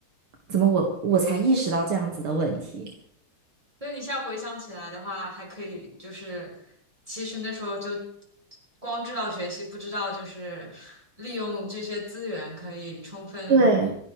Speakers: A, on the right; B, on the right.
A: 怎么我我才意识到这样子的问题？
B: 所以你现在回想起来的话，还可以就是，其实那时候就光知道学习，不知道就是利用这些资源可以充分
A: 对，